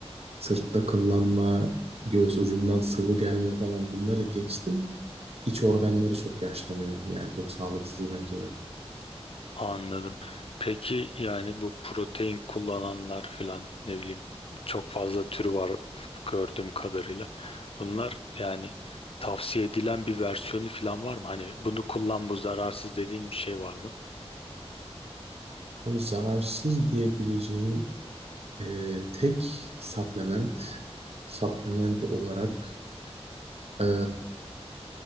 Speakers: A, on the right; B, on the left.
A: Sırtta kıllanma, göğüs ucundan sıvı gelme falan bunları geçtim. İç organları çok yaşlanıyor. Yani çok sağlıksız bence de.
B: Anladım. Peki yani bu protein kullananlar filan ne bileyim çok fazla türü var gördüğüm kadarıyla. Bunlar yani tavsiye edilen bir versiyonu filan var mı? Hani bunu kullan bu zararsız dediğin bir şey var mı?
A: Abi zararsız diyebileceğim e, tek supplement, supplement olarak e,